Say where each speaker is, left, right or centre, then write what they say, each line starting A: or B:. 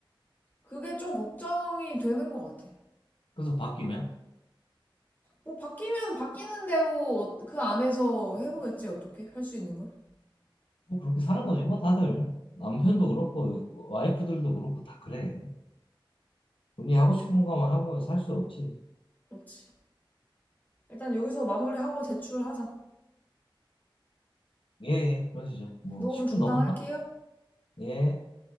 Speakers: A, on the left; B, on the left.
A: 그게 좀 걱정이 되는 것 같아.
B: 그래서 바뀌면?
A: 뭐 바뀌면 바뀌는 대로 그 안에서 해보겠지, 어떻게? 할 수 있는 걸?
B: 뭐 그렇게 사는 거지, 뭐 다들. 남편도 그렇고, 와이프들도 그렇고, 다 그래. 본인이 하고 싶은 거만 하고 살 수 없지.
A: 그렇지. 일단 여기서 마무리하고 제출하자.
B: 예, 예, 그러시죠. 뭐,
A: 녹음
B: 10분
A: 중단할게요.
B: 넘었나? 예.